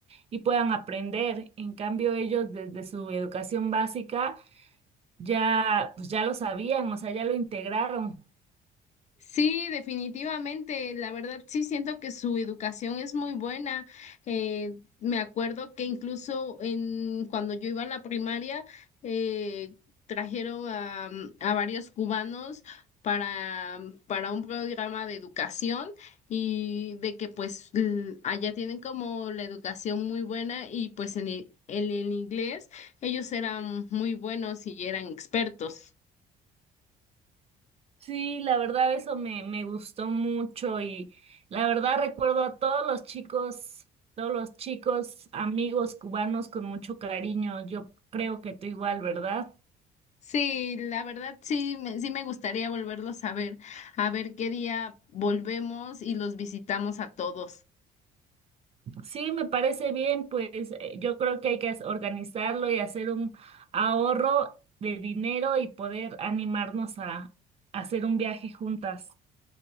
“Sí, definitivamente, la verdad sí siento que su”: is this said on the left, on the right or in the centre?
Left